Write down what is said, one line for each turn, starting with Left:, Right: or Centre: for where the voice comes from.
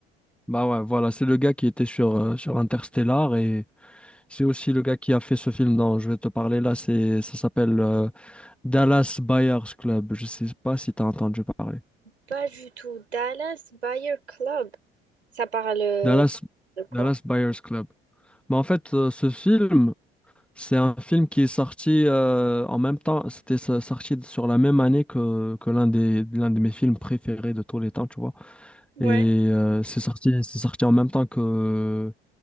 Centre: Bah ouais, voilà, c'est le gars qui était sur, euh, sur Interstellar et c'est aussi le gars qui a fait ce film dont je vais te parler là. C'est, ça s'appelle euh, Dallas Buyers Club. Je sais pas si tu as entendu parler.
Right: Pas du tout. Dallas Buyer Club. Ça parle euh,
Centre: Dallas,
Right: de quoi?
Centre: Dallas Buyers Club. Mais en fait, euh, ce film, c'est un film qui est sorti euh, en même temps. C'était so- sorti sur la même année que, que l'un des, l'un de mes films préférés de tous les temps, tu vois.
Right: Ouais.
Centre: Et euh, c'est sorti, c'est sorti en même temps que.